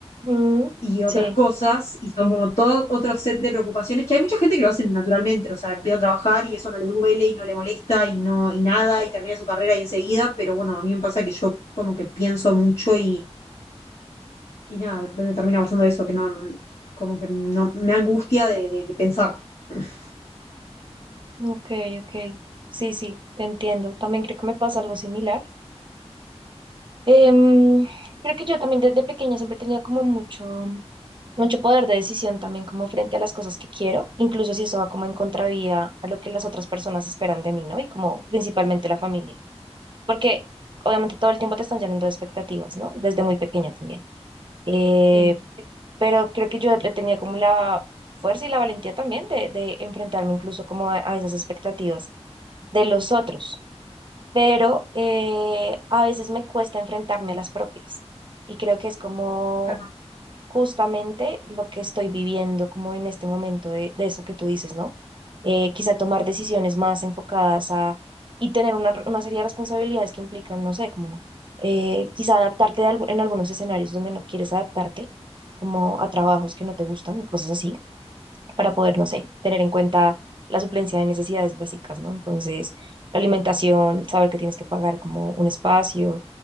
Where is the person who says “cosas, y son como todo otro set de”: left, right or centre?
Left